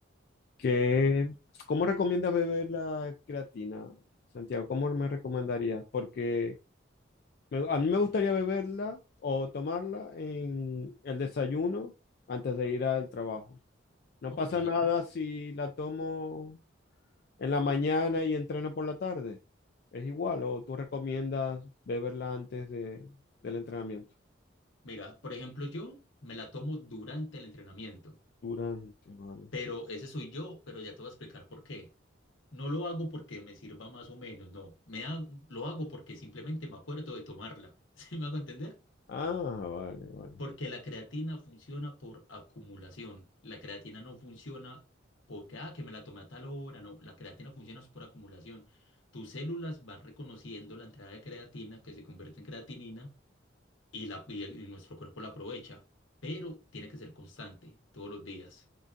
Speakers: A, on the left (about 50°); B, on the left (about 80°).
A: ¿Qué, cómo recomiendas beber la creatina, Santiago? ¿Cómo me recomendarías? Porque me- a mí me gustaría beberla o tomarla en el desayuno antes de ir al trabajo. No
B: ok.
A: pasa nada si la tomo en la mañana y entreno por la tarde. ¿Es igual o tú recomiendas beberla antes de, del entrenamiento?
B: Mira, por ejemplo, yo me la tomo durante el entrenamiento.
A: Durante, vale.
B: Pero ese soy yo, pero ya te voy a explicar por qué. No lo hago porque me sirva más o menos, no. Me ha- lo hago porque simplemente me acuerdo de tomarla. <laughs> ¿Sí me hago entender?
A: Ah, vale, vale.
B: Porque la creatina funciona por acumulación. La creatina no funciona porque, ah, que me la tomé a tal hora. No, la creatina funciona es por acumulación. Tus células van reconociendo la entrada de creatina que se convierte en creatinina y, la, y el- y nuestro cuerpo la aprovecha, pero tiene que ser constante todos los días.